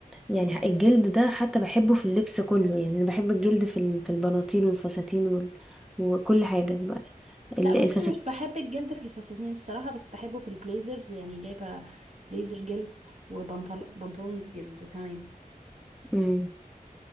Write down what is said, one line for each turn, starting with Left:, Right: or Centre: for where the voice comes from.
Centre: يعني الجلد ده حتى بحبه في اللبس كله يعني انا بحب الجلد في ال- في البناطيل والفساتين وال... وكل حاجه بقى ال-
Right: لا
Centre: الفساتين
Right: بس أنا مش بحب الجلد في الفساتين الصراحه بس بحبه في البليزرز يعني جايبه بليزر جلد وبنطلون بنطلون جلد تمام
Centre: مم.